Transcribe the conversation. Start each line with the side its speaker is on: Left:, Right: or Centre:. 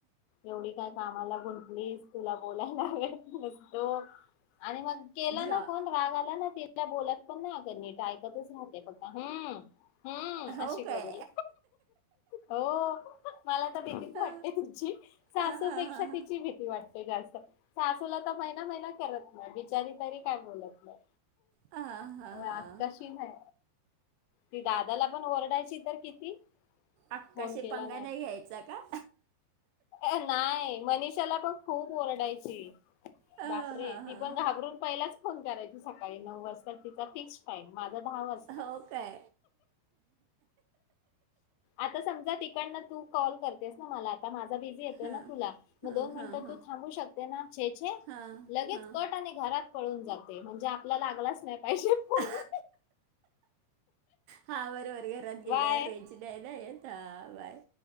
Left: एवढी काय कामाला गुंतलीस तुला बोलायला वेळ नसतो आणि मग केला
Right: जॉ
Left: ना फोन राग आला ना तिला बोलत पण ना नीट ऐकतच नव्हते फक्त हम हम्म
Right: हो
Left: अशी
Right: काय
Left: करेल हो मला तर भेतीीच
Right: हा,
Left: वाटते तुमची सासूपेक्षा
Right: हा, हा, हा.
Left: तिची भीती वाटते जा असं सासूला तर महिना महिना करत नाही बिचारी तरी काय बोलत नाही
Right: हा, हा, हा.
Left: आकाशीन आहे ती दादाला पण ओरडायची तर किती
Right: अक्काशी
Left: फोन केला
Right: पंगा नाही घ्यायचा का
Left: अ नाही मनीिषाला पण खूप ओरडायची
Right: हा,
Left: बापरे
Right: हा,
Left: ती
Right: हा,
Left: पण
Right: हा.
Left: घाबरून पहिलाच फोन करायची सकाळी नऊ वाजता तिचा फिक् टाईम माझा दहा वाजता
Right: हो काय
Left: आता समजा तिकडन तू कॉल करतेस ना मला आ आता माझा बिझी येतोय
Right: हा,
Left: ना तुला मग
Right: हा,
Left: दोन मिनिटं
Right: हा, हा.
Left: तू थांबू शकते ना छ छ
Right: हा,
Left: लगेच
Right: हा.
Left: कट आणि घरात पळून जाते म्हणजे आपल्याला लागलाच नाही पाहिजे फोन
Right: अ हा बरोबर घरात
Left: बाय
Right: गेल्यावर रेंज नाही ना येत बाय